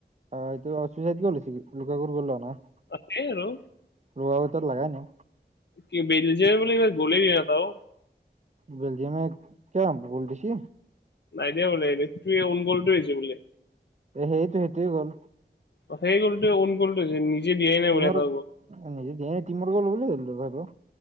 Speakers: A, on the right (about 40°); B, on the left (about 70°).
A: অ, এইটো অষ্ট্ৰেলিয়া <unintelligible> কি গল হৈছে লুকাৰ গ'ল হোৱা নাই।
B: আছে আৰু।
A: <unintelligible> লাগায় নাই
B: কি বেলজিয়ামে বোলে এইবাৰ গ'লেই দিয়া নাই এটাও?
A: বেলজিয়ামে কিয় গ'ল দিছি।
B: নাই দিয়া বোলে। এইটোৱে অন গ'লটোৱে হৈছে বোলে।
A: সেইটো এই গ'ল।
B: অ, সেই গ'ল অন গ'লটো হৈছে নিজে দিয়াই নাই
A: তিমৰ
B: বোলে এটা
A: নিজ দিয়া এই তিমৰ গ'ল বুলিয়ে ধল্লো আৰু।